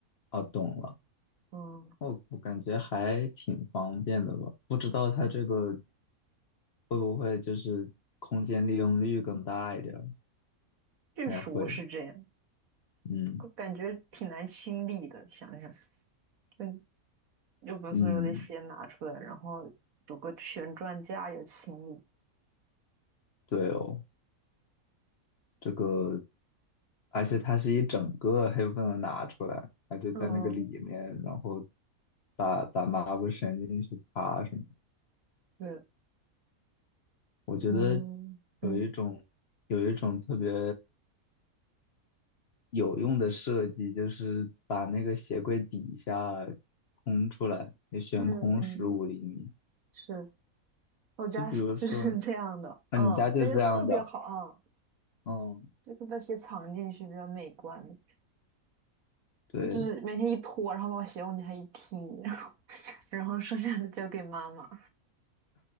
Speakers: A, on the left; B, on the right.
A: 哦，懂了。
B: 嗯，
A: 哦，我感觉还挺方便的吧？不知道它这个会不会就是空间利用率更大一点儿
B: 日说是这样，
A: 应该会。嗯
B: 我感觉挺难清理的。想想，就就把所有的鞋拿出来，
A: 嗯，
B: 然后有个旋转架有清理。
A: 对哦。这个，而且它是一整个，它又不能拿出来，它就在那个里面，
B: 嗯，
A: 然后把把抹布伸进去擦什么。
B: 对，
A: 我觉得
B: 嗯嗯
A: 有一种有一种特别有用的设计，就是把那个鞋柜底下空出来，也悬空十五厘米。
B: 嗯嗯，是我家是就
A: 就比如说，
B: <laughs> 是这样的。
A: 啊，
B: 嗯，
A: 你家就这样的，
B: 这个特别好啊，
A: 嗯，
B: 就是把鞋藏进去比较美观，
A: 对，
B: 就是每天一脱，然后把鞋往底下一踢。<laughs> 然后剩下的交给妈妈。